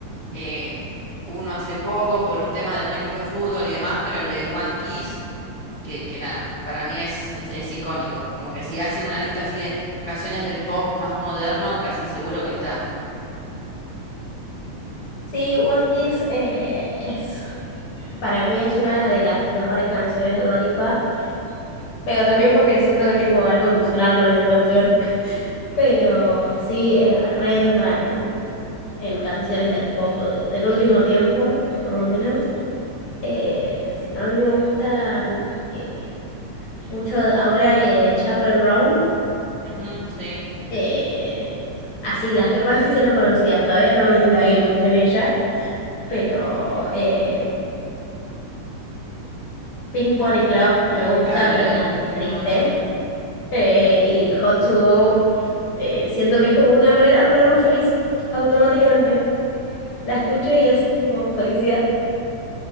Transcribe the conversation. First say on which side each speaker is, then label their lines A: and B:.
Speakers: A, on the left; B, on the left.
A: eh, uno hace poco por un tema de un equipo de fútbol y demás, pero el de One Kiss que, que nada, para mí es, es, es icónico. Como que si hacen una lista así de canciones del pop más moderno, casi seguro que está.
B: Sí, One Kiss eh, es Para mí es una de las mejores canciones de Dua Lipa, pero también porque siento que tengo algo emocional con esa canción. Pero sí, eh, reentra en, en canciones del pop de- del último tiempo, por lo menos. Eh, si no, a mí me gusta eh, mucho ahora eh, Chapel Roan.
A: Ujú, sí,
B: eh, así, las que más se hicieron conocidas. Todavía no indagué mucho en ella, pero eh, Pink Pony Club me gusta,
A: claro, el,
B: pero
A: el
B: es más
A: último
B: triste.
A: álbum.
B: Eh, y Hot to Go, eh, siento que es como una manera de ponerme feliz automáticamente. La escucho y es tipo felicidad.